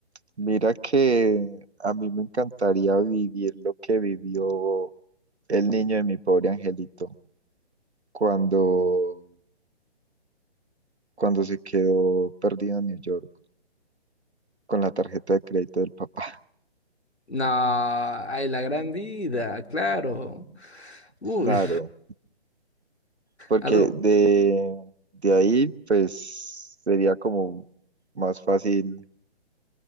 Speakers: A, on the right; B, on the left.
A: Mira que a mí me encantaría vivir lo que vivió el niño de mi pobre angelito cuando, cuando se quedó perdido en New York con la tarjeta de crédito del papá.
B: No, ay, la gran vida, claro.
A: <laughs>
B: Uy,
A: Claro. porque
B: algo,
A: de, de ahí pues sería como más fácil,